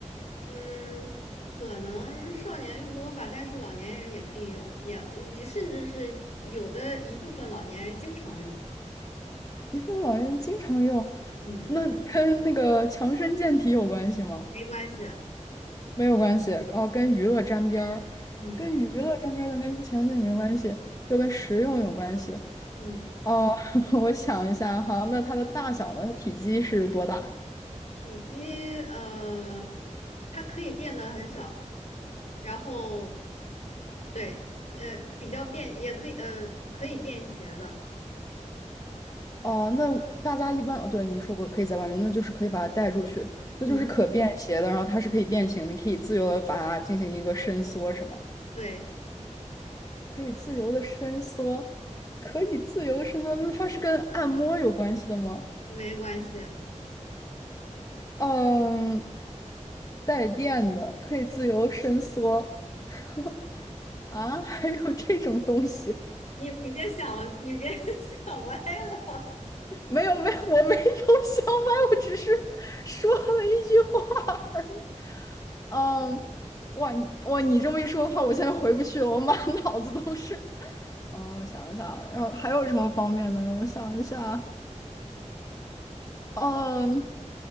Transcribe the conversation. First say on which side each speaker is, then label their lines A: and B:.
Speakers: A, on the left (about 65°); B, on the left (about 30°).
A: 嗯，可能少年用多吧，但是老年人也可以用，也也甚至是有的一部分老年人经常用。
B: 遗腹老人经常用，
A: 嗯，
B: 那跟那个强身健体有关系吗？
A: 没关系。
B: 没有关系，哦，跟娱乐沾边儿，
A: 嗯
B: 跟娱乐沾边儿，但跟强身健体没关系，又跟实用有关系。
A: 嗯。
B: 哦，<laughs> 我想一下哈，那它的大小呢？它体积是多大？
A: 体积，呃，它可以变得很小，然后，对，呃，比较便，也可以，呃，可以便携的，
B: 哦，那大家一般哦，对，你说过可以在外面，那就是可以把它带出去，
A: 嗯，
B: 那就是可便携的，然后它是可以变形的，你可以自由的把它进行一个伸缩，是吗？
A: 对，
B: 可以自由的伸缩，可以自由地伸缩，那它是跟按摩有关系的吗？
A: 没关系，
B: 嗯，带电的，可以自由伸缩。<laughs> 啊，还有这种东西？
A: 你你别想，你别 <laughs> 想歪了，
B: 没有，没有，我没有想买，我只是说了一句话而已。嗯，哇，你哇，你这么一说的话，我现在回不去了，我满脑子都是。<laughs> 嗯，我想一下，然后还有什么方面呢？让我想一下。嗯，